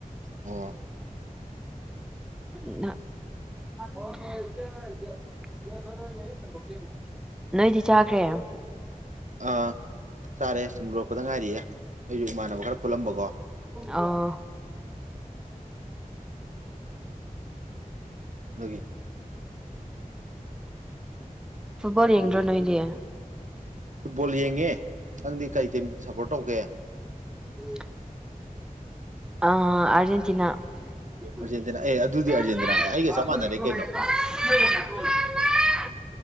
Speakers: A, on the right; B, in the centre.
A: ꯑꯣ
B: <unintelligible> ꯅꯣꯏꯗꯤ ꯆꯥꯈ꯭ꯔꯦ
A: ꯑ ꯆꯥꯔꯦ ꯁꯨꯝ ꯂꯣꯏꯔꯛꯄꯗ ꯉꯥꯏꯔꯤꯌꯦ ꯑꯩꯁꯨ ꯏꯃꯥꯟꯅꯕ ꯃꯈ ꯄꯨꯜꯂꯝꯕꯀꯣ
B: ꯑꯣ
A: ꯑꯗꯨꯒꯤ
B: ꯐꯨꯠꯕꯣꯜ ꯌꯦꯡꯗ꯭ꯔꯣ ꯅꯣꯏꯗꯤ
A: ꯐꯨꯠꯕꯣꯜ ꯌꯦꯡꯉꯦ ꯅꯪꯗꯤ ꯀꯩ ꯇꯤꯝ ꯁꯄꯣꯔꯠ ꯇꯧꯒꯦ
B: ꯎꯝ ꯑꯥ ꯑꯔꯖꯦꯟꯇꯤꯅꯥ <unintelligible>
A: ꯑꯥꯔꯖꯦꯟꯇꯤꯅꯥ ꯑꯦ ꯑꯗꯨꯗꯤ ꯑꯥꯔꯖꯦꯟꯇꯤꯅꯥ ꯑꯩꯒ ꯆꯞ ꯃꯥꯟꯅꯔꯦ ꯀꯩꯅꯣ